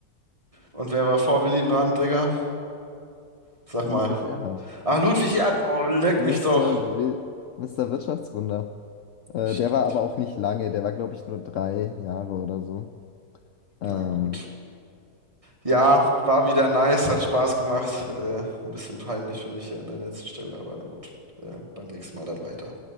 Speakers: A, on the right; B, on the left.
A: Und wer war vor Willy Brandt, Digga? Sag
B: Ludwig
A: mal.
B: Erhard.
A: Ah, Ludwig Erd. Oh, leck
B: Mister
A: mich doch.
B: Will, Mister Wirtschaftswunder. Äh,
A: Stimmt.
B: der war aber auch nicht lange, der war, glaube ich, nur drei Jahre oder so. Ähm,
A: Na gut. Ja, war wieder nice, hat Spaß gemacht. Äh, ein bisschen peinlich für mich hier an der letzten Stelle, aber na gut. Äh, beim nächsten Mal dann weiter.